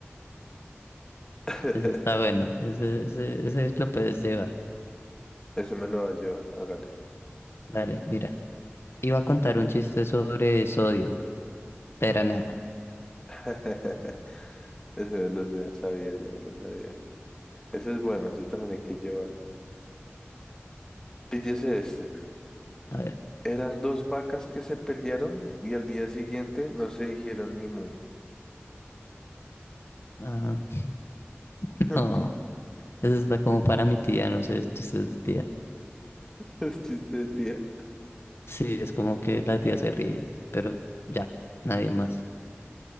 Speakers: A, on the left; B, on the left.
A: <laughs>
B: ese está bueno. Ese, ese, ese lo puedes llevar.
A: Ese me lo va a llevar, hágale.
B: Dale, mira. Iba a contar un chiste sobre sodio, pero nada.
A: <laughs> Ese me lo sa- sabía, yo me lo sabía. Ese es bueno, ese también hay que llevarlo. Píllese este.
B: A ver.
A: Eran dos vacas que se pelearon y al día siguiente no se dijeron ni mu.
B: Ah, <laughs>
A: <laughs>
B: no. Ese está como para mi tía, no sé, chistes de tía.
A: Es chiste de tía.
B: Sí, es como que la tía se ríe, pero ya, nadie más.